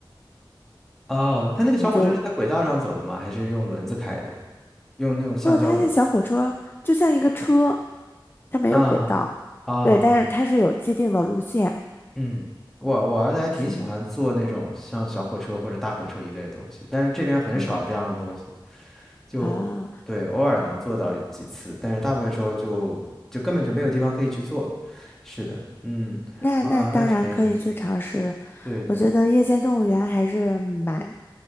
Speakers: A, in the centre; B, on the left (about 25°).
A: 哦，他那个小火车是在轨道上走的吗？
B: 你就。
A: 还是用轮子开的？用那种橡胶轮子开？
B: 不，它那小火车就像一个车，它没有轨道，
A: 啊啊，
B: 对，但是它是有既定的路线。
A: 嗯，我我儿子还挺喜欢坐那种像小火车或者大火车一类的东西，
B: 是的，
A: 但是这边很少这样的东西，
B: 嗯，
A: 就对，
B: 啊，
A: 偶尔能坐到几次，但是大部分时候就就根本就没有地方可以去坐。是的，嗯啊，
B: 那那当然可以去尝试。
A: 那是很有意思。对对。
B: 我觉得夜间动物园还是蛮